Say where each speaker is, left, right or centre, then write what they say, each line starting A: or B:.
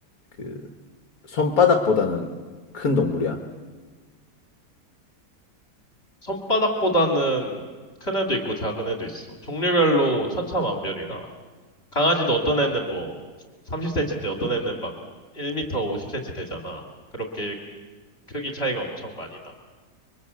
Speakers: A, on the left (about 60°); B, on the left (about 35°).
A: 그 손바닥보다는 큰 동물이야.
B: 손바닥보다는 큰 애도 있고 작은 애도 있어. 종류별로 천차만별이라. 강아지도 어떤 애는 뭐 30cm인데 어떤 애는 막 1m 50cm 되잖아. 그렇게 크기 차이가 엄청 많이 나.